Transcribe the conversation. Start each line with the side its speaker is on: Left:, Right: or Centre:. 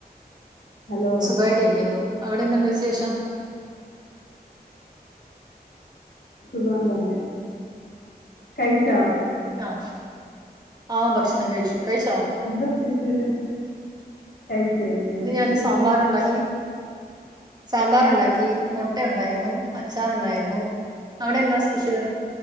Left: ഹലോ
Right: സുഖമായിട്ടിരിക്കുന്നു അവിടെ എന്തുണ്ട് വിശേഷം
Left: സുഖം തന്നെ കഴിച്ചോ
Right: ആഹ് ആഹ് ഭക്ഷണം കഴിച്ചു കഴിച്ചോ
Left: എന്താ സ്പെഷ്യല് കഴിച്ച് കഴിച്ചു
Right: ഇന്ന്
Left: എന്താ
Right: ഞാൻ
Left: സ്പെഷ്യൽ
Right: സാമ്പാറുണ്ടാക്കി സാമ്പാറുണ്ടാക്കി മുട്ട ഉണ്ടായിരുന്നു അച്ചാറുണ്ടായിരുന്നു അവിടെ എന്താ സ്പെഷ്യല്